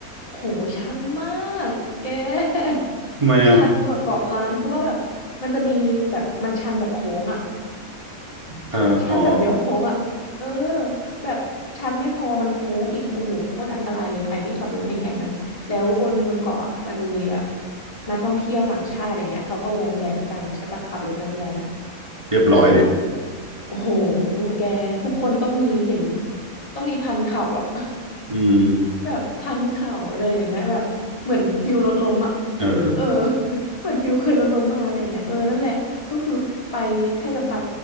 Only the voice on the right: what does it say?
ทำไมอ่ะ
เอออ๋อ
เรียบร้อยดิ
อืม
เออ